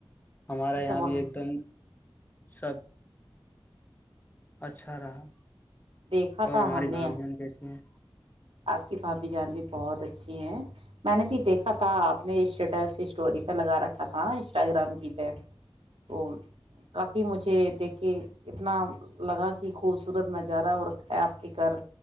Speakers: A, on the left; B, on the right.
A: ہمارا
B: اچھا
A: یہاں
B: وہاں
A: بھی ایک دم سب اچھا رہا
B: دیکھا
A: اور
B: تھا
A: ہماری
B: ہم نے
A: بھائی جان کیسے ہیں
B: آپ کے بھاابھی جان بھی بہت اچھے ہیں میں نے بھی دیکھا تھاپ اپنے اسٹیٹس اسٹوری پہ لگا رکھا تھا نا انسٹاگرام کی پہ وہ کافی مجھے دیکھ کے اتنا لگا کہ خوبصورت نظارہ ہو رکھا ہے آپ کے گھر